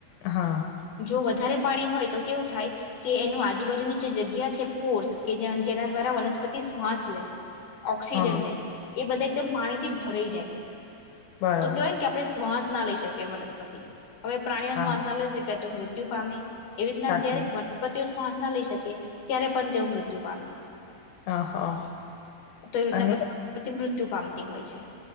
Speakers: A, on the left; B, on the left.
A: હા,
B: જો વધારે પાણી હોય તો કેવું થાય કે, એનું આજુબાજુંની જે જગ્યા છે, પોર્સ કે જેના દ્વારા વનસ્પતિ શ્વાસ લે. ઓક્સિજન
A: હા,
B: લે, એ બધા એકદમ પાણીથી ભરાઈ જાય
A: બરાબર,
B: તો કહેવાયને કે, આપણે શ્વાસ ના લઈ શકે. વનસ્પતિ, હવે પ્રાણીઓ
A: હા,
B: શ્વાસ ના લઈ શકે તો મૃત્યુ પામે. એવી રીતના,
A: સાચી
B: જયારે
A: વાત,
B: વનસ્પતિઓ શ્વાસ ના લઈ શકે, ત્યારે પણ તેઓ મૃત્યુ પામે.
A: હા, હા,
B: તો એ રીતના
A: અને
B: પછી મૃત્યુ પામતી હોય છે.